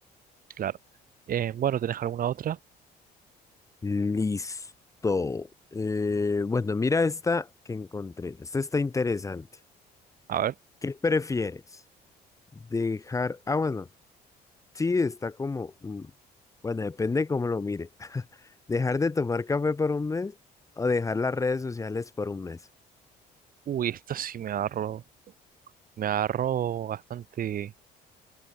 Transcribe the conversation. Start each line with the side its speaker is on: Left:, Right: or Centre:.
Right: Claro. Eh, bueno, ¿tenés alguna otra?
Left: Listo. Eh, bueno, mira esta que encontré. Esta está interesante.
Right: A ver.
Left: ¿Qué prefieres? Dejar. Ah, bueno. Sí, está como. mm, Bueno, depende cómo lo mire. <laughs> ¿Dejar de tomar café por un mes o dejar las redes sociales por un mes?
Right: Uy, esta sí me agarró. Me agarró bastante.